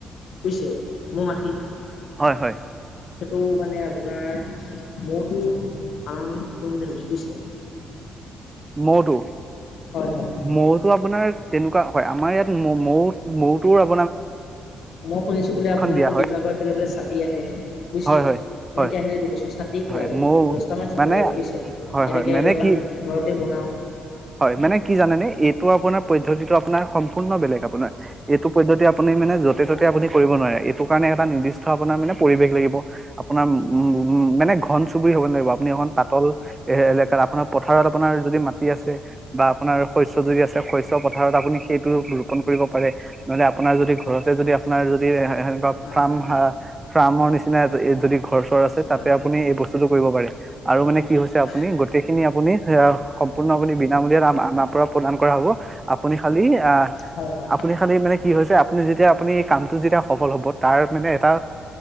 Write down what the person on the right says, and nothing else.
হয় হয়।
মৌটো।
মৌতটো আপোনাৰ তেনেকুৱা হয় আমাৰ ইয়াত ম-মৌ মৌটোৰ আপ
দিয়া হয়
হয় হয়
হয়
হয়
মৌ
মানে
হয় হয়
মানে
কি
হয়, মানে কি জানে নে, এইটো আপোনাৰ পদ্ধতিটো <unintelligible> সম্পূৰ্ণ বেলেগ আপোনাৰ, এইটো পদ্ধতি আপুনি মানে য'তে
ত'তে আপুনি কৰিব নোৱাৰে, এইটো কাৰণে এটা নিৰ্দিষ্ট আপোনাৰ মানে পৰিৱেশ লাগিব, আপোনাৰ উম, উম, মানে ঘন চুবুৰৰি হ'ব লাগিব, আপুনি এখন পাতল এ এলেকাত আপোনাৰ পথাৰত আপোনাৰ যদি মাটি আছে বা আপোনাৰ শস্য যদি আছে, শস্য পথাৰত আপুনি সেইটো ৰোপন কৰিব পাৰে, নহলে আপোনাৰ যদি, ঘৰতে যদি, আপোনাৰ যদি এহ এনেকুৱা
ফ্ৰাম
হা ফ্ৰামৰ নিচিনা এ যদি ঘৰ চৰ আছে, তাতে
আপুনি এই বস্তুতটো কৰিব পাৰে, আৰু
মানে কি হৈছে
আপুনি গোটেইখিনি আপুনি সেয়া সম্পূৰ্ণ বুলি বিনামূলীয়াত আ আমাৰ পৰা প্ৰদান কৰা হব, আপুনি খালি আহ
আপুনি খালি মানে কি হৈছে আপুনি যেতিয়া আপুনি এই কামটো যেতিয়া সফল হ'ব, তাৰ মানে এটা